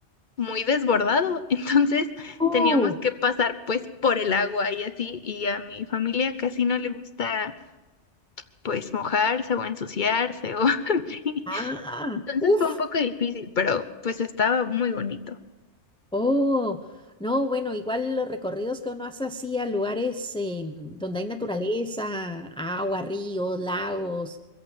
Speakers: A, on the left (about 45°); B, in the centre.
A: muy desbordado, <laughs> entonces
B: Oh.
A: teníamos que pasar pues por el agua y así, y a mi familia casi no le gusta pues mojarse o ensuciarse o <laughs> así.
B: Ah,
A: Entonces
B: uff
A: fue un poco difícil, pero pues estaba muy bonito.
B: Oh, no, bueno, igual los recorridos que uno hace así a lugares eh, donde hay naturaleza, agua, ríos, lagos,